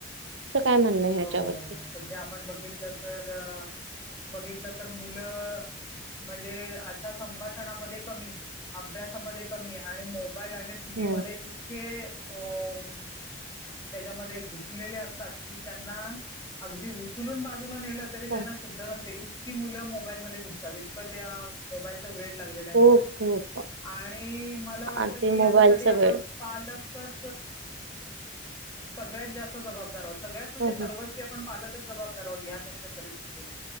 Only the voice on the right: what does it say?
काय म्हणणं आहे ह्याच्यावरती?
हम्म.
हो.
खूप
खूप
आणि ते
मोबाईलचा
वेड.
हं,
हं.